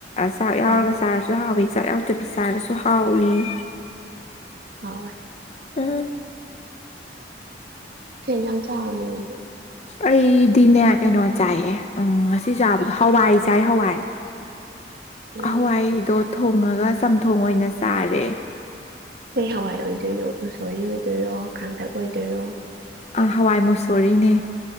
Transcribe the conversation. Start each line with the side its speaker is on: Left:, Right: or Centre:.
Left: ꯆꯥꯛ ꯌꯥꯎꯔꯒ
Right: ꯑꯥ
Left: ꯆꯥꯔꯁꯨ ꯍꯥꯎꯋꯤ ꯆꯥꯛ ꯌꯥꯎꯗꯕꯤ ꯆꯥꯔꯁꯨ ꯍꯥꯎꯏꯤ
Right: ꯍ
Left: ꯑꯥ
Right: ꯀꯖꯥꯡ ꯆꯔꯃ ꯑꯣꯏꯗ
Left: ꯑꯩꯗꯤꯅꯦ ꯀꯩꯅꯣ ꯆꯥꯏꯌꯦ ꯎ ꯉꯁꯤ ꯆꯥꯕꯗ ꯍꯋꯥꯏ ꯆꯥꯏ ꯍꯋꯥꯏ
Right: ꯎꯝ
Left: ꯍꯋꯥꯏꯗꯣ ꯊꯣꯡꯉꯒ ꯆꯝꯊꯣꯡ ꯑꯣꯏꯅ ꯆꯥꯔꯦ
Right: ꯀꯩ ꯍꯋꯥꯏ ꯑꯣꯏꯗꯣꯏꯅꯣ ꯃꯁꯣꯔꯤ ꯑꯣꯏꯗꯣꯏꯔꯣ ꯀꯥꯡꯇꯛ ꯑꯣꯏꯗꯣꯏꯔꯣ
Left: ꯑꯥ ꯍꯋꯥꯏ ꯃꯨꯁꯣꯔꯤꯅꯦ